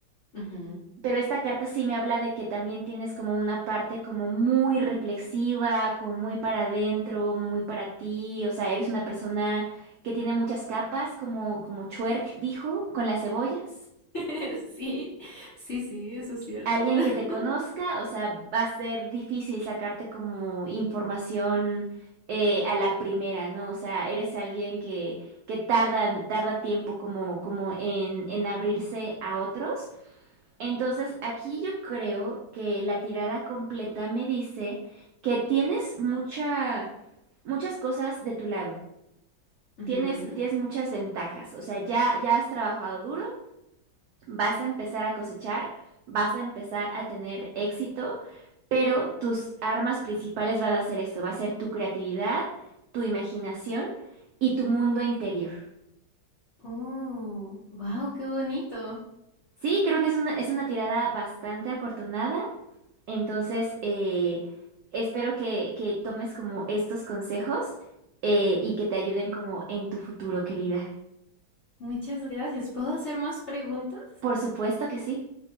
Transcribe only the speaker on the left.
Ujú.
<laughs> Sí, sí, sí, eso es cierto.
<laughs>
Ujú.
Oh, wow, qué bonito.
Muchas gracias. ¿Puedo hacer más preguntas?